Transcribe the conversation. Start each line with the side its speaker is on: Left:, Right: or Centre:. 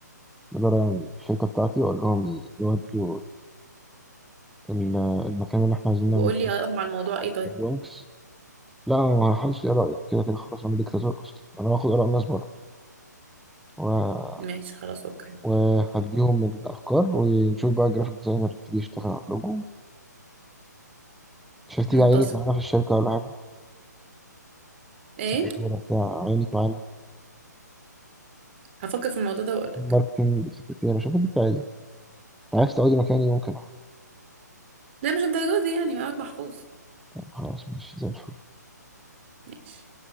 Centre: الاداره يعني الشركه بتاعتي واقول لهم يودوا ال- المكان اللي احنا عايزين
Right: وبقول
Centre: نعمل فيه
Right: لي ارائهم على الموضوع ايه طيب
Centre: البرونكس لا انا ما هحاولش اراء يعني كده كده خلاص انا ديكتاتور اصلا انا هاخد اراء الناس بره و...
Right: ماشي خلاص اوكي
Centre: وهديهم الافكار ونشوف بقى الجرافيك ديزاينر يبتدي يشتغل على اللوجو مش هتيجي
Right: منتظم
Centre: عينك معانا في الشركه ولا حاجه
Right: ايه
Centre: سكرتيره بتاع عينك معانا
Right: هفكر في الموضوع ده واقول لك
Centre: ماركتنج سكرتيره شوف اللي انت عايزه عايز تقعدي مكاني ممكن أقعد.
Right: لا مش الدرجه دي يعني معاك محفوظ
Centre: يعني خلاص ماشي زي الفل
Right: ماشي